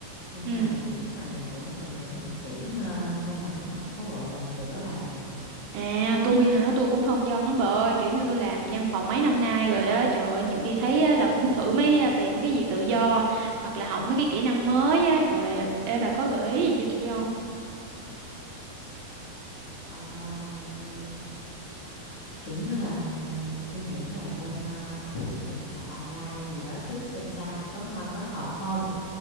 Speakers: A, on the left; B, on the right.
A: Nhưng
B: Ừ.
A: mà chuyển ngành cũng cần chuẩn bị kỹ nên, nên là cũng không có vội vàng được á bà.
B: À, tôi hả? Tôi cũng phong vân lắm bà ơi, kiểu như tôi làm văn phòng mấy năm nay rồi á, trời ơi, nhiều khi thấy á, là muốn thử mấy à, tìm mấy cái việc tự do hoặc là học mấy cái kỹ năng mới á, rồi ê bà có gợi ý gì với tôi không?
A: Ờ, ừm, kiểu như là ừm, tôi nghĩ là nên à, thử học online gì đó trước xem sao. Có hơi có hợp không?